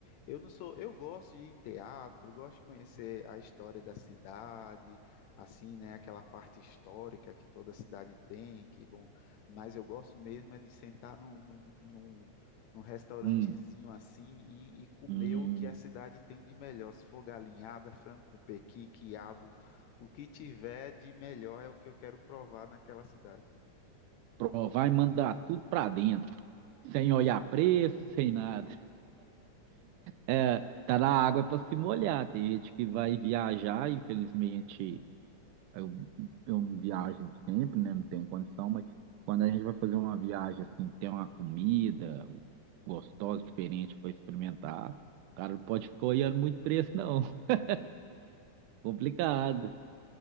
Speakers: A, on the left; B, on the right.
A: Eu não sou, eu gosto de ir em teatro, gosto de conhecer a história da cidade, assim, né, aquela parte histórica que toda cidade tem, que bom. Mas eu gosto mesmo é de sentar num, num, num, num restaurantezinho
B: hum,
A: assim e, e comer
B: hum,
A: o que a cidade tem de melhor. Se for galinhada, frango com pequi, quiabo, o que tiver de melhor é o que eu quero provar naquela cidade.
B: provar e mandar tudo para dentro. sem olhar preço, sem nada. É, tá na água para se molhar. Tem gente que vai viajar, infelizmente, eu, eu não viajo sempre, né? Não tenho condição, mas quando a gente vai fazer uma viagem assim, tem uma comida gostosa, diferente para experimentar, o cara não pode ficar olhando muito preço, não. <laughs> Complicado.